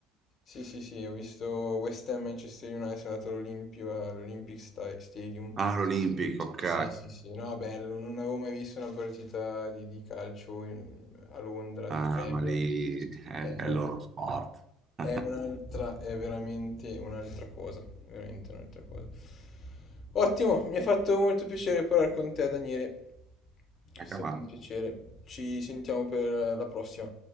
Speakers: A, on the left; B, on the right.
A: Sì, sì, sì, ho visto West Ham Manchester United, sono andato all'Olimpio, all'Olympic Sta- Stadium.
B: Ah, l'Olympic, ok.
A: Sì, sì, sì, no, bello, non avevo mai visto una partita di, di calcio in- a Londra,
B: Ah,
A: di Premier.
B: ma lì è,
A: È una-
B: è il loro sport. <laughs>
A: è un'altra, è veramente un'altra cosa, veramente un'altra cosa. Ottimo, mi ha fatto molto piacere parlare con te, Daniele. È
B: Anche
A: stato
B: a me.
A: un piacere. Ci sentiamo per la prossima.